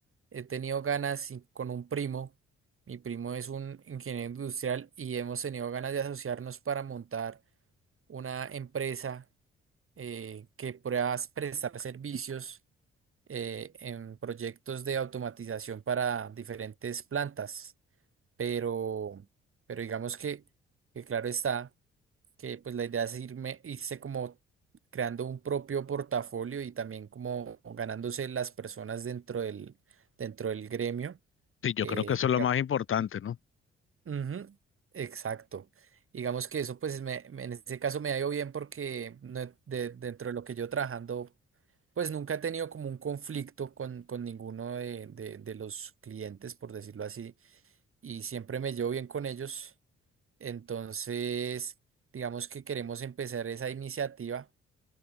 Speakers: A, on the right; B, on the left.
A: he tenido ganas y con un primo, mi primo es un ingeniero industrial y hemos tenido ganas de asociarnos para montar una empresa eh, que puedas prestar servicios eh, en proyectos de automatización para diferentes plantas, pero, pero digamos que, que claro está que pues la idea es irme, irse como creando un propio portafolio y también como ganándose las personas dentro del, dentro del gremio.
B: Sí, yo
A: eh,
B: creo que eso es
A: diga-
B: lo más importante, ¿no?
A: Ujú, exacto. Digamos que eso, pues me- me- en ese caso me ha ido bien porque no- de- dentro de lo que yo trabajando Pues nunca he tenido como un conflicto con, con ninguno de, de- de los clientes, por decirlo así, y siempre me llevo bien con ellos. Entonces, digamos que queremos empezar esa iniciativa